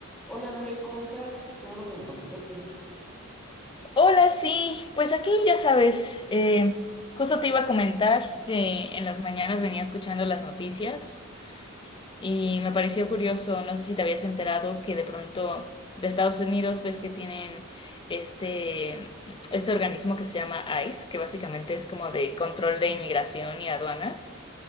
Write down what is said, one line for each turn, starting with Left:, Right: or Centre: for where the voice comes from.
Centre: Hola Lore, ¿cómo estás? Qué bueno que me contestaste.
Left: Hola, sí, pues aquí ya sabes, eh, justo te iba a comentar que en las mañanas venía escuchando las noticias y me pareció curioso, no sé si te habías enterado que de pronto de Estados Unidos ves que tienen este, este organismo que se llama ICE, que básicamente es como de control de inmigración y aduanas